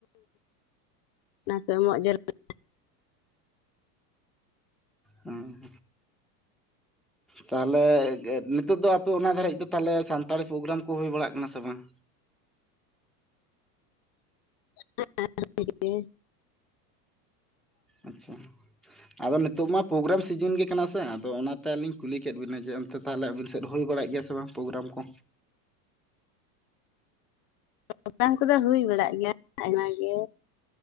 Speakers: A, on the left (about 50°); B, in the centre.
A: ᱠᱚ ᱮᱢᱚᱜ ᱡᱟᱲᱩᱲᱟ
B: ᱦᱩᱸ ᱛᱟᱦᱞᱮ ᱱᱤᱛᱚᱜ ᱫᱚ ᱟᱯᱮ ᱚᱱᱟ ᱫᱷᱟᱨᱤᱡ ᱫᱚ ᱛᱟᱦᱚᱞᱮ ᱥᱟᱱᱛᱟᱲᱤ ᱯᱨᱳᱜᱨᱟᱢ ᱠᱚ ᱦᱩᱭ ᱵᱟᱲᱟᱜ ᱠᱟᱱᱟ ᱥᱮ ᱵᱟᱝ
A: <unintelligible> ᱦᱮ
B: ᱟᱪᱪᱷᱟ ᱟᱫᱚ ᱱᱤᱛᱚᱜ ᱢᱟ ᱯᱨᱳᱜᱨᱟᱢ ᱥᱤᱡᱤᱱ ᱜᱮ ᱠᱟᱱᱟ ᱥᱮ ᱟᱫᱚ ᱚᱱᱟᱛᱮ ᱟᱹᱞᱤᱧ ᱠᱩᱞᱤ ᱠᱮᱫᱮᱫ ᱵᱤᱱᱟ ᱡᱮ ᱛᱟᱦᱚᱞᱮ ᱟᱹᱵᱤᱱ ᱥᱮᱫ ᱦᱩᱭ ᱵᱟᱲᱟᱭ ᱜᱮᱭᱟ ᱥᱮ ᱵᱟᱝ ᱯᱨᱳᱜᱨᱟᱢ ᱠᱚ
A: ᱯᱨᱚᱜᱨᱟᱢ ᱠᱚᱫᱚ ᱦᱩᱭ ᱵᱟᱲᱟᱜ ᱜᱮᱭᱟ ᱟᱭᱢᱟ ᱜᱮ